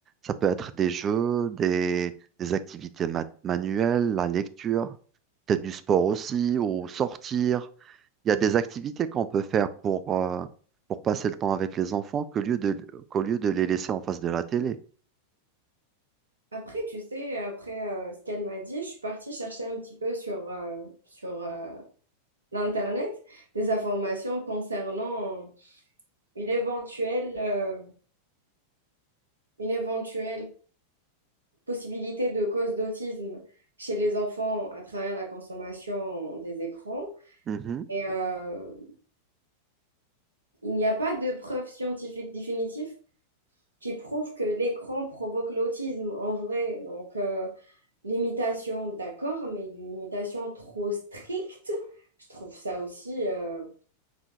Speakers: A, on the right; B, on the right.
A: Ça peut être des jeux, des, des activités ma- manuelles, la lecture. peut-être du sport aussi, ou sortir. Il y a des activités qu'on peut faire pour, euh, pour passer le temps avec les enfants qu'au lieu de, qu'au lieu de les laisser en face de la télé.
B: Après, tu sais, après euh, ce qu'elle m'a dit, je suis partie chercher un petit peu sur, euh, sur euh, l'Internet des informations concernant une éventuelle, euh, une éventuelle possibilité de cause d'autisme chez les enfants à travers la consommation des écrans.
A: Mhm.
B: Et euh, il n'y a pas de preuve scientifique définitive qui prouve que l'écran provoque l'autisme en vrai. Donc, euh, l'imitation, d'accord, mais une limitation trop stricte, je trouve ça aussi euh,